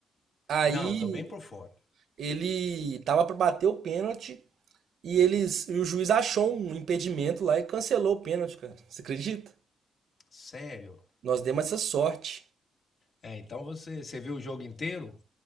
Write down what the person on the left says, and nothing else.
Não, tô bem por fora.
Sério?
É, então você, você viu o jogo inteiro?